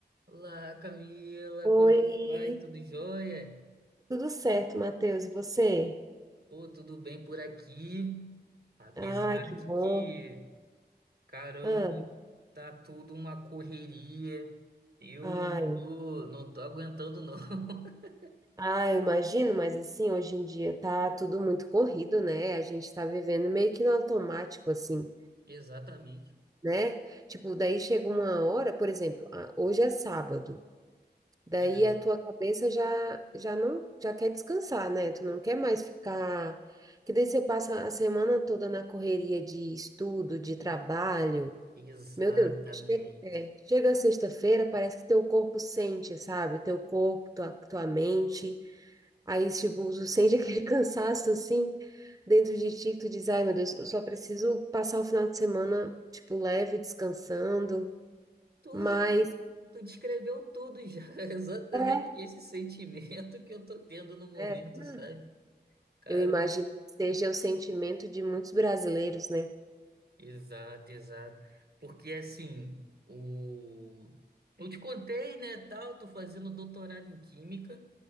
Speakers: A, on the right; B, on the right.
A: Olá, Camila,
B: Oi,
A: como é que vai? Tudo jóia?
B: tudo certo, Matheus? E você?
A: Pô, tudo bem por aqui. Apesar
B: Ai, que
A: de
B: bom.
A: que, caramba,
B: Ah,
A: tá tudo uma correria. Eu
B: ai,
A: não tô, não tô aguentando, não. <laughs>
B: ai, eu imagino, mas assim, hoje em dia tá tudo muito corrido, né? A gente tá vivendo meio que no automático, assim,
A: Exatamente.
B: né? Tipo, daí chega uma hora, por exemplo, ah, hoje é sábado, daí
A: Uhum.
B: a tua cabeça já, já não, já quer descansar, né? Tu não quer mais ficar. Que daí você passa a semana toda na correria de estudo, de trabalho.
A: Exatamente.
B: Meu Deus, chega, é, chega sexta-feira, parece que teu corpo sente, sabe? Teu corpo, tua, tua mente. Aí, tipo, tu sente aquele <laughs> cansaço assim dentro de ti, que tu diz, ai, meu Deus, eu só preciso passar o final de semana, tipo, leve, descansando.
A: Tu,
B: Mas
A: tu descreveu tudo já. <laughs> Exatamente
B: é,
A: esse sentimento que eu tô tendo no momento,
B: é, hum,
A: sabe? Cara.
B: eu imagino que seja o sentimento de muitos brasileiros, né?
A: Exato, exato. Porque assim, o... eu te contei, né, tal, tô fazendo doutorado em química,